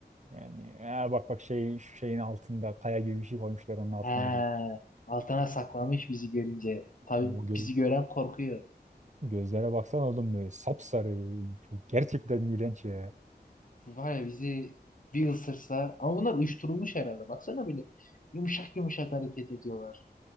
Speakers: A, on the right; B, on the left.
A: Yani "Aa, bak bak şey şu şeyin altında kaya gibi bir şey koymuşlar onun altına
B: Ha,
A: duruyor.
B: altına saklamış bizi görünce. Tabii
A: Bu göz,
B: bizi gören korkuyor.
A: gözlere baksan oğlum böyle sapsarı. Çok gerçekten iğrenç ya.
B: Var ya bizi bir ısırsa ama bunlar uyuşturulmuş herhalde. Baksana böyle yumuşak yumuşak hareket ediyorlar.